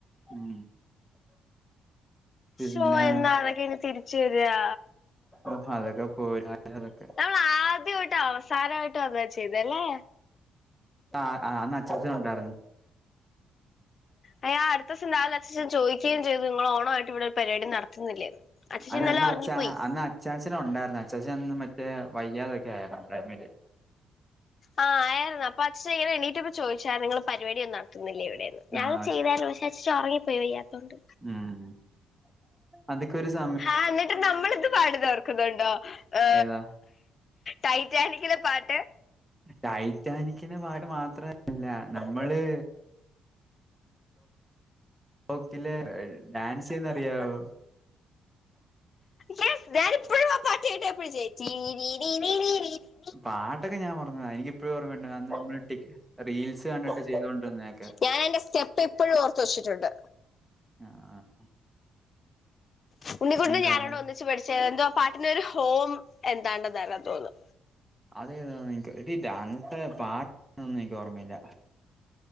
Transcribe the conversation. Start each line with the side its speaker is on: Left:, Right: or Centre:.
Centre: ഉം പിന്നെ
Left: ഷോ എന്നാ അതൊക്കെ ഇനി തിരിച്ച് വരാ
Centre: ഓഹ് അതൊക്കെ പോയി <unintelligible>
Left: നമ്മള് ആദ്യമായിട്ട് അവസാനമായിട്ട് അതാ ചെയ്തല്ലേ
Centre: ആഹ് ആഹ് അന്ന് അച്ചാച്ചൻ ഉണ്ടായിരുന്നു
Left: അയ്യാ അടുത്ത ദിവസം രാവിലെ അച്ചച്ചൻ ചോദിക്കുകയും ചെയ്തു നിങ്ങൾ ഓണമായിട്ട് ഇവിടെ ഒരു പരിപാടി നടത്തുന്നില്ലേന്ന് അച്ചച്ചൻ
Centre: അല്ല
Left: ഇന്നലെ
Centre: അന്ന്
Left: ഒറങ്ങിപ്പോയി
Centre: അച്ചാ അന്ന് അച്ചാച്ചൻ ഉണ്ടായിരുന്നു അച്ചൻ അന്ന് മറ്റേ വയ്യാതൊക്കെ ആയിരുന്നു ടൈമില്
Left: ആഹ് ആയിരുന്നു പക്ഷേ എണീറ്റപ്പൻ ചോദിച്ചായിരുന്നു നിങ്ങള് പ പരിപാടിയന്നും നടത്തുന്നില്ല ഇവിടെന്ന് ഞാൻ
Centre: ആഹ്
Left: ചെയ്താലോ പക്ഷേ അച്ചാച്ചൻ ഒറങ്ങിപ്പോയി വയ്യാത്തോണ്ട്
Centre: ഉം അതൊക്കെരുസം
Left: ഹാ ന്നിട്ട് നമ്മളിത് പാടുന്നത് ഓർക്കുന്നുണ്ടോ ഏ
Centre: ഏതാ
Left: ടൈറ്റാനിക്കിലെ പാട്ട്
Centre: ടൈറ്റാനിക്കിന്റെ പാട്ട് മാത്രല്ല നമ്മള് <unintelligible> ഡാൻസ് ചെയ്യുന്നത് അറിയാമോ
Left: യസ് ഞാൻ ഇപ്പഴും ആ പാട്ട്കേട്ട <unintelligible>
Centre: പാട്ടൊക്കെഞാൻ മറന്ന് എനിക്ക് ഇപ്പഴും ഓമ്മണ്ട് റീൽസ് കണ്ടിട്ട് ചെയ്തൊണ്ടിരുന്നതൊക്കെ
Left: ഞാനയിന്റെ സ്റ്റെപ്പ് ഇപ്പോഴും ഓർത്ത് വച്ചിട്ടുണ്ട്
Centre: ആഹ് ആഹ്
Left: ഉണ്ണിക്കുട്ടനും ഞാനും
Centre: കാലം
Left: അവിടെ ഒന്നിച്ച് പഠിച്ചത് എന്തോ ആ പാട്ടിന് ഒരു ഹോം എന്താണ്ടെന്നല്ല തോന്നുന്നു
Centre: അതേതാ എനിക്ക് എടി ഡാൻസ് പാട്ടൊന്നും എനിക്ക് ഓർമ്മയില്ല